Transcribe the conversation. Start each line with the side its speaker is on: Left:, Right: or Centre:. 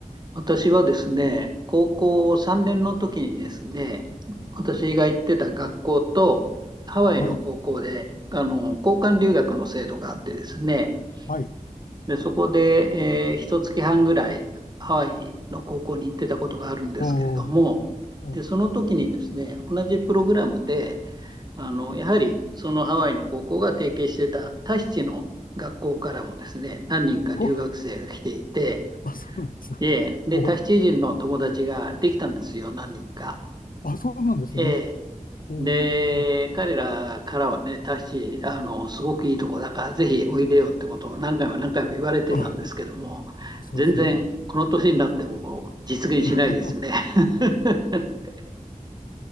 Right: 私はですね、高校3年の時にですね、私が行ってた学校とハワイの高校で、
Left: はい、
Right: あの、交換留学の制度があってですね、
Left: はい。
Right: で、そこで、えー、一月半ぐらいハワイの高校に行ってたことがあるんですけれども、
Left: おー、お、
Right: で、その時にですね、同じプログラムで、あの、やはりそのハワイの高校が提携してたタヒチの学校からもですね、何人か留学生が来ていて、
Left: <laughs> ほ、あ、そうなんですね。
Right: で、で、
Left: ほ、
Right: タヒチ人の友達ができたんですよ、何人か。
Left: あ、そうなんですね。
Right: ええ
Left: ほー、
Right: で、彼らからはね、タッシー、あの、すごくいいとこだから、ぜひおいでよってことを何回も何回も言われてたんですけども、
Left: <laughs> あ、そうですね。
Right: 全然この年になっても実現しないですね。
Left: <laughs>
Right: <laughs>
Left: な